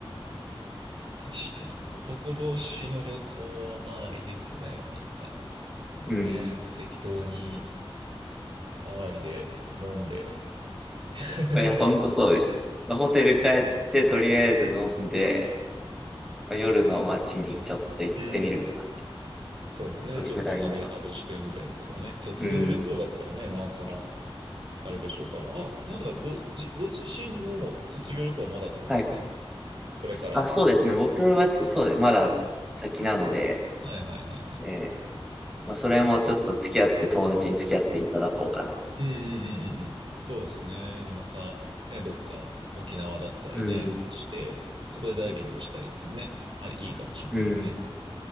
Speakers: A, on the right; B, in the centre.
A: 確かに。男同士の旅行はまあいいっすね。なんか、とりあえず適当に
B: うん。
A: 騒いで、飲んで。<laughs>
B: いや、ほんとそうです。まあホテル帰ってとりあえず飲んで、夜の街にちょっと行ってみるとか、
A: うん。<laughs> そうですね。
B: それぐらいの。
A: ちょっとハメ外してみたりとかね。卒業旅行だったらね、
B: うん。
A: なおさら、あれでしょうから。あ、まだご、じ、ご自身の卒業旅行はまだってことですよね。
B: はい。
A: これから。
B: あ、
A: は
B: そうですね。僕はつそうです、
A: い
B: まだ先なので、
A: はいはいはいはい。
B: えーまあ、それもちょっと付き合って、友達に付き合っていただこうかなと。
A: うんうんうんうんうん。そうですね。でまた、ね、どっか沖縄だったりね、
B: うん。
A: して、そこでダイビングしたりとかもね、あり、いいかもしれないんでね。
B: うん。